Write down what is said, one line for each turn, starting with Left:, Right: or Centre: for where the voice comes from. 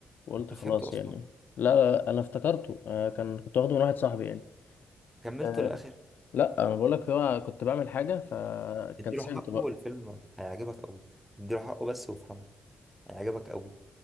Left: وقلت
Centre: انت
Left: خلاص
Centre: فهمته اصلا
Left: يعني لا لا، انا افتكرته آه كان كنت واخده من واحد صاحبي يعني
Centre: كملته
Left: آه
Centre: للاخر
Left: لا انا بقول لك هو كنت بعمل حاجه فكنسلت
Centre: اديله حقه
Left: بقى
Centre: والفيلم هيعجبك قوي اديله حقه بس وافهمه هيعجبك قوي